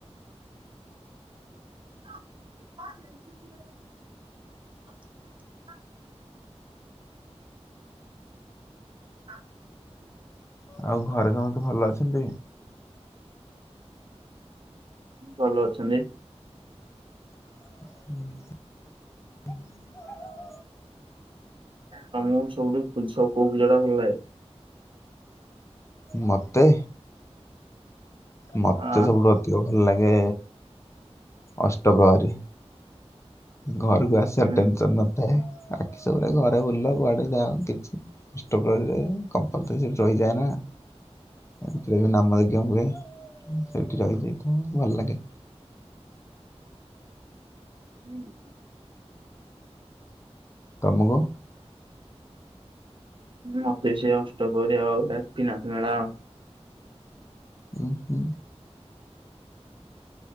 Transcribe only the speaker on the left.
ଆଉ ଘରେ ସମସ୍ତେ ଭଲ ଅଛନ୍ତି?
ହୁଁ।
ମତେ ମତେ
ସବୁଠୁ ଅଧିକ ଭଲ ଲାଗେ ଅଷ୍ଟପ୍ରହରୀ। ଘରକୁ ଆସିବାର
ଟେନସନ ନଥାଏ। ଆଖି ସବୁରେ ଘରେ ବୁଲିଲା କୁଆଡେ ଯାଆନ୍ତି। ଅଷ୍ଟପହରୀରେ କମ୍ପଲସରି ସେଠି ରହିଯାଏ ନା ଏମିତିରେ ବି ନାମ ଯଜ୍ଞ ହୁଏ। ସେଇଠି ରହିଯାଇଥାଏ ଭଲ ଲାଗେ।
ତମକୁ
ଉଁ ହୁଁ।